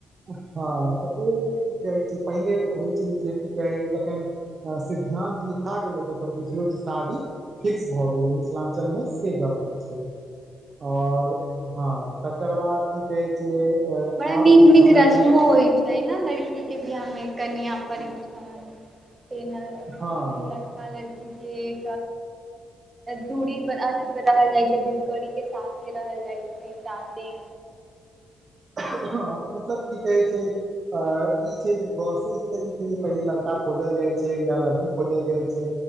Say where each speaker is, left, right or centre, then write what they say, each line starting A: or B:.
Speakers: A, on the right; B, on the right.
A: अछा तऽ ओ कह छै पहिले होइ छै जे की कहे छै जखन सिद्धांत लिखा गेले जेतय तऽ बुझियो शादी फिक्स भऽ गेलै मिथिलाञ्चल मे से गप होइ छै आओर हँ तकर बाद की कहे छै
B: बड़ा नीक
A: आब के
B: नीक
A: समय
B: रस्मो
A: मे
B: होइ छय नए लड़की के बियाह मे कन्या परीक्षा लड़का
A: हँ
B: लड़की जे दूरी अथी रहल जाइ छै विधकरी के साथे रहल जाइ छै शान्ति
A: हँ तऽ मतलब की कहै छै अ जे प्रोसेस कर छै जे पहिले लड़का खोजल जाइ छै या लड़की खोजल जाइ छै